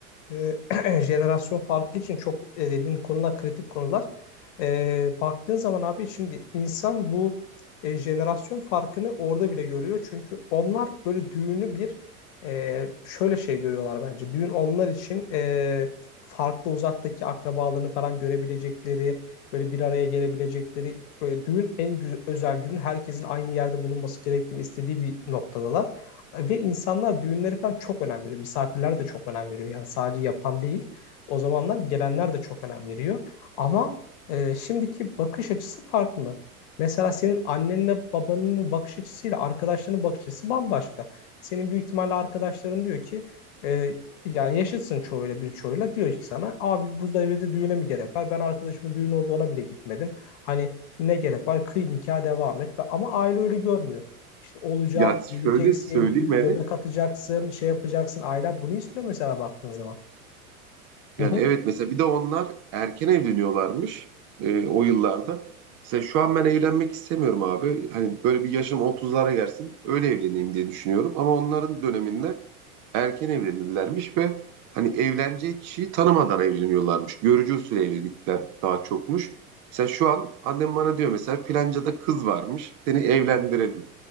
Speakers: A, on the left (about 55°); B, on the right (about 40°).
A: e, <clears throat> jenerasyon farkı için çok e, dediğin konular kritik konular. E, baktığın zaman abi şimdi insan bu e, jenerasyon farkını orada bile görüyor. Çünkü onlar böyle düğünü bir e, şöyle şey görüyorlar bence. Düğün onlar için e, farklı uzaktaki akrabalarını falan görebilecekleri, böyle bir araya gelebilecekleri, böyle düğün en güzel, özel günün herkesin aynı yerde bulunması gerektiğini istediği bir noktadalar. Ve insanlar düğünleri falan çok önem veriyor. Misafirler de çok önem veriyor. Yani sadece yapan değil. O zamanlar gelenler de çok önem veriyor. Ama e, şimdiki bakış açısı farklı. Mesela senin annenle babanın bakış açısıyla arkadaşlarının bakış açısı bambaşka. Senin büyük ihtimalle arkadaşların diyor ki e, yani yaşıtsın çoğuyla bir çoğuyla diyor ki sana abi bu düğüne mi gerek var? Ben arkadaşımın düğün oldu ona bile gitmedim. Hani ne gerek var? Kıy nikah devam et. Ama aile öyle görmüyor. İşte olacak,
B: Ya
A: geleceksin,
B: şöyle söyleyeyim
A: dü-
B: Enes.
A: göbek atacaksın, şey yapacaksın. Ailen bunu istiyor mesela baktığın zaman. Hı
B: Yani
A: hı.
B: evet mesela bir de onlar erken evleniyorlarmış e, o yıllarda. Mesela şu an ben evlenmek istemiyorum abi. Hani böyle bir yaşım otuzlara gelsin öyle evleneyim diye düşünüyorum. Ama onların döneminde erken evlenirlermiş ve hani evleneceği kişiyi tanımadan evleniyorlarmış. Görücü usulü evlilikler daha çokmuş. Mesela şu an annem bana diyor mesela filancada kız varmış seni evlendirelim.